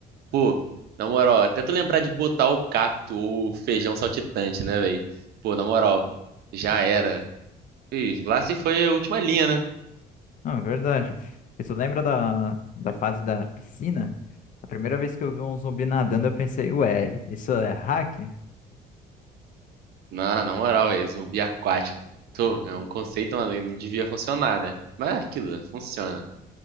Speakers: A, on the right (about 70°); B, on the left (about 50°).
A: Pô, na moral, até tu lembrar de botar o cacto ou o feijão saltitante, né, velho? Pô, na moral, já era. Ih, lá se foi a última linha, né?
B: Não, é verdade. Isso lembra da, da fase da piscina? A primeira vez que eu vi um zumbi nadando, eu pensei, ué, isso é hack?
A: Na, na moral, velho, zumbi aquático. Tô, é um conceito, mano, que não devia funcionar, né? Mas é aquilo, né? funciona.